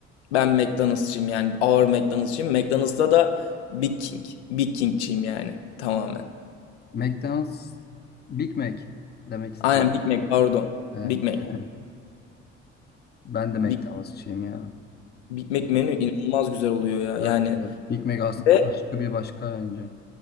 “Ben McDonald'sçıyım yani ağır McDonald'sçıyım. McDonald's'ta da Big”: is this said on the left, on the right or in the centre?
Left